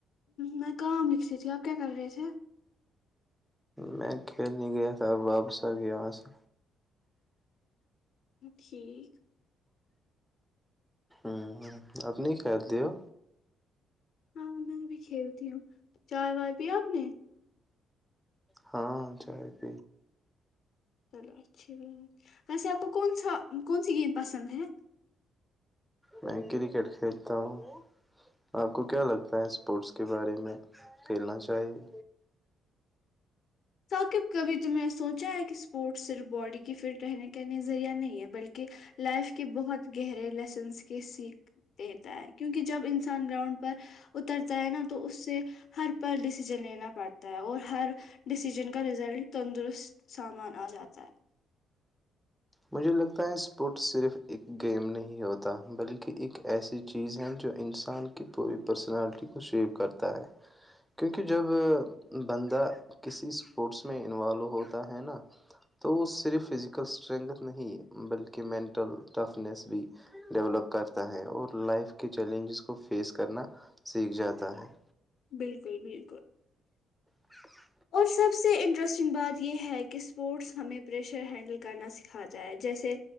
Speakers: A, on the left; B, in the centre.
A: میں کام رکھسی تھی آپ کیا کر رہے تھے
B: میں کھیلنے گیا تھا اب واپس آ گیا وہاں سے
A: ٹھیک
B: ہ ہ اپنی خیال د ہو
A: ہاں میں بھی کھیلتی ہوں چائے وائے بھی آپ نے
B: ہاں چائے پ
A: چلو اچھا ویسے آپ کو کون سا کون سی گیم پسند ہے
B: میں کرکٹ کھیلتا ہوں آپ کو کیا لگتا ہے اسپورٹس کے بارے میں کھیلنا چاہیے
A: ثاقب کبھی تمہ نے سوچا ہے کہ اسپورٹس صرف باڈی کی فٹ رہنے کا نظذریعہ نہیں ہے بلکہ لائف کے بہت گہرے لیسنس کے سیکھ دیتا ہے کیونکہ جب انسان گراؤنڈ پر اترتا ہے نا تو اس سے ہر پر ڈسیزن لینا پڑتا ہے اور ہر ڈسیژن کا رزلٹ تندرست سامان آ جاتا ہے
B: مجھے لگتا ہے اسپورٹس صرف ایک گیم نہیں ہوتا بلکہ ایک ایسی چیز ہے جو انسان کی پوری پرسنالٹی کو شیپ کرتا ہے کیونکہ جب بندہ کسی اسپورٹس میں انوالو ہوتا ہے نا تو وہ صرف فزیکل اسٹرنگھ نہیں بلکہ مینٹل ٹفنیس بھی ڈیولپ کرتا ہے اور لائف کے چیلنجز کو فیس کرنا سیکھ جاتا ہے
A: بالکل بالکل
B: <unintelligible>
A: اور سب سے انٹرسٹنگ بات یہ ہے کہ اسپورٹس ہمیں پریشر ہینڈل کرنا سکھاتا ہے جیسے